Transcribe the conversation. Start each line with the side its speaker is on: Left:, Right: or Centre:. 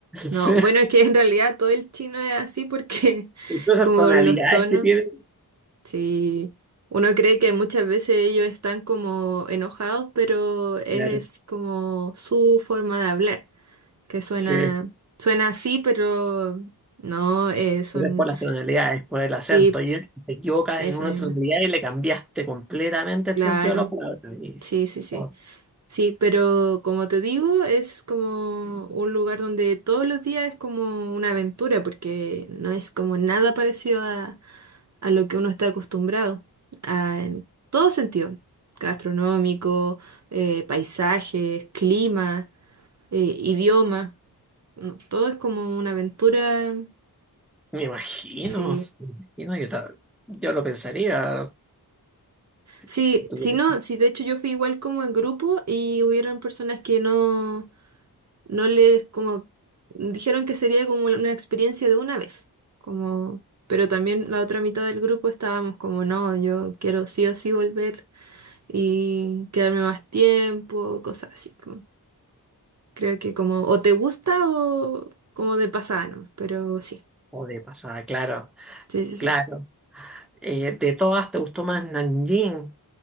Right: no,
Centre: Sí.
Right: bueno, es que en realidad todo el chino es así porque <laughs>
Centre: Todas esas
Right: como
Centre: tonalidades
Right: los tonos,
Centre: que tiene.
Right: sí, uno cree que muchas veces ellos están como enojados, pero es
Centre: Claro,
Right: como su forma de hablar, que suena,
Centre: sí,
Right: suena así, pero no, eh, son,
Centre: pero es por las tonalidades, por el acento.
Right: sí,
Centre: Y te equivocas
Right: eso
Centre: en una
Right: mismo.
Centre: tonalidad y le cambiaste completamente el
Right: Claro,
Centre: sentido de la palabra. Y,
Right: sí, sí, sí.
Centre: oh,
Right: Sí, pero como te digo, es como un lugar donde todos los días es como una aventura, porque no es como nada parecido a, a lo que uno está acostumbrado, a- en todo sentido, gastronómico, eh, paisajes, clima, eh, idioma, no, todo es como una aventura,
Centre: me imagino,
Right: sí.
Centre: me imagino, yo, ta- yo lo pensaría.
Right: Sí,
Centre: si tuviera-
Right: si no, sí, de hecho yo fui igual como en grupo y hubieron personas que no... no les como dijeron que sería como una experiencia de una vez, como pero también la otra mitad del grupo estábamos como no, yo quiero sí o sí volver y quedarme más tiempo, cosas así. como- creo que como o te gusta o como de pasada, ¿no? Pero sí.
Centre: O de pasada, claro,
Right: Sí, sí, sí.
Centre: claro. Eh, de todas, ¿te gustó más Nanjing?